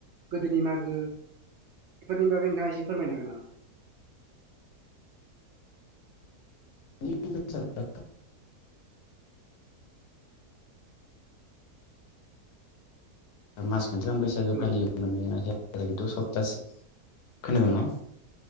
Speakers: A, on the right; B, on the left.
A: गोदोनि मागो बेफोरनि बागै नोंथाङा एसे फोरमायनो हागोन नामा
B: <unintelligible> मास मोनसे गाहाम बैसागो
A: हेलौ
B: फालियोमोन नो <unintelligible> सप्तासे खोनादोंना?